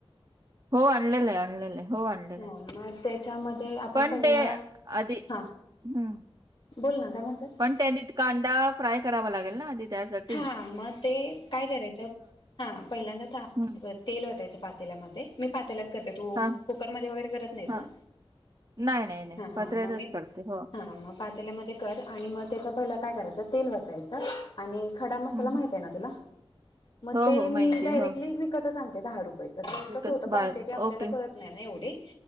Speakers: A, on the right; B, on the left.
A: हो आणलेलं आहे आणलेलंय हो आणलेलं
B: हा
A: आहे
B: मग आपण
A: पण
B: पहि
A: ते आधी
B: ह
A: हम्म.
B: बोल ना काय म्हणतास
A: पण ते आधी कांदा फ्राय करावा लागेल ना आधी त्यासाठी
B: हा मग ते काय करायचं हा पहिल्यांदा ताप
A: हम्म.
B: तेल होतायचं पात पेमध्ये मी पातेला करते तू
A: हा
B: कुकरमध्ये वगैरे करत नाहीस
A: हा
B: ना
A: नाही नाही नाही
B: हा
A: पत्र्यातच
B: हा मग मी
A: करते हो.
B: हा मग पातमध्ये कर आणि मग त्या पहि काय करायच तेल वचायचं आणि खडा मसाला
A: हम्म
B: माहित आहे ना तुला मग
A: हो
B: ते
A: हो
B: मी
A: माहिती
B: डायरेक्टली
A: आहे हो
B: विकतच आणते दहा रुपये
A: विकत
B: स होतं
A: बाहेर
B: क्वांटीटी आपल्याला
A: ओके
B: कळत नाही ना एवढी